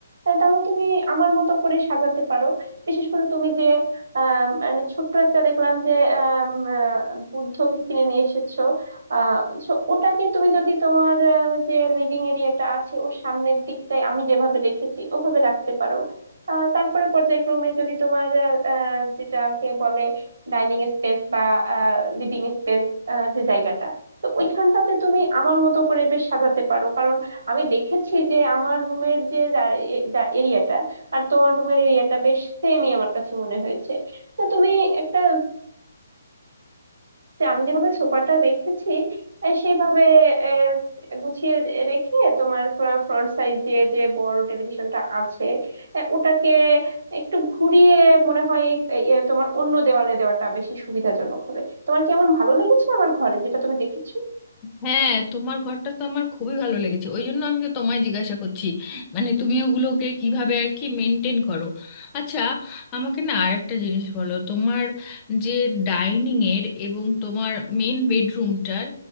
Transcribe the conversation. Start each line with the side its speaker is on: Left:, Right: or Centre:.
Right: আহ, তাহলে তুমি আমার মতো করে সাজাতে পারো বিশেষ করে তুমি যে আহ, মানে ছোট্ট একটা দেখলাম যে আহ, উম, আহ, বুদ্ধকে কিনে নিয়ে এসেছো আহ so ওটাকে তুমি যদি তোমার আহ, যে লিভিং এরিয়াটা আছে ওর সামনের দিকটায় আমি যেভাবে রেখেছি ওভাবে রাখতে পারো আহ, তারপরে পর্যায়ক্রমে যদি তোমার আহ, আহ, যেটাকে বলে ডাইনিং স্পেস বা লিভিং স্পেস যে জায়গাটা তো ওইখানটাতে তুমি আমার মতো করে বেশ সাজাতে পারো কারণ আমি দেখেছি যে আমার রুমের যে এরিয়াটা আর তোমার রুমের এরিয়াটা বেশ সেমই আমার কাছে মনে হয়েছে তো তুমি একটা যে আমি যেভাবে সোফাটা রেখেছি আহ, সেইভাবে আহ, গুছিয়ে রেখে তোমার ফ্রন্ট সাইড যে যে বড় টেলিভিশনটা আছে আহ, ওটাকে একটু ঘুরিয়ে মনে হয় এই এই, আহ, তোমার অন্য দেওয়ালে দেওয়াটা বেশি সুবিধাজনক হবে তোমার কি এমন ভালো লেগেছে আমার ঘরে যেটা তুমি দেখেছো
Left: হ্যাঁ তোমার ঘরটা তো আমার খুবই ভালো লেগেছে ওই জন্য আমি তো তোমায় জিজ্ঞাসা করছি মানে তুমি ওগুলোকে কিভাবে আর কি মেনটেন করো আচ্ছা আমাকে না আর একটা জিনিস বলো তোমার যে ডাইনিং এর এবং তোমার মেন বেডরুমটার